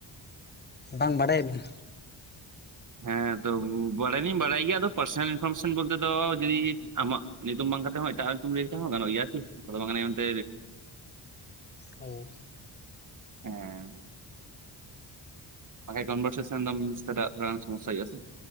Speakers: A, on the left; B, on the right.
A: ᱵᱟᱝ ᱵᱟᱰᱟᱭᱟᱵᱤᱱ?
B: ᱦᱮᱸ ᱛᱚ ᱵᱟᱲᱟᱭ ᱞᱤᱧ ᱵᱟᱲᱟᱭ ᱜᱮᱭᱟ ᱟᱫᱚ ᱯᱟᱨᱥᱚᱱᱟᱞ ᱤᱱᱯᱷᱚᱨᱢᱮᱥᱚᱱ ᱵᱚᱞᱛᱮ ᱫᱚ ᱡᱩᱫᱤ ᱟᱢᱟᱜ ᱧᱩᱛᱩᱢ ᱵᱟᱝ ᱠᱟᱛᱮ ᱦᱚᱸ ᱮᱴᱟᱜ ᱧᱩᱛᱩᱢ ᱞᱟᱹᱭ ᱠᱟᱛᱮ ᱦᱚᱸ ᱜᱟᱱᱚᱜ ᱜᱮᱭᱟ ᱠᱤ ᱟᱫᱚ ᱵᱟᱝ ᱜᱟᱱᱚᱜᱼᱟ ᱢᱮᱱᱛᱮ,
A: ᱚ
B: ᱦᱮᱸ ᱵᱟᱠᱷᱟᱡ ᱠᱚᱱᱵᱷᱟᱨᱥᱮᱥᱮᱱ ᱮᱥᱴᱟᱴᱟᱜ ᱛᱷᱚᱲᱟ ᱥᱚᱢᱚᱚᱥᱟ ᱦᱳᱭᱳᱜᱼᱟ ᱥᱮ?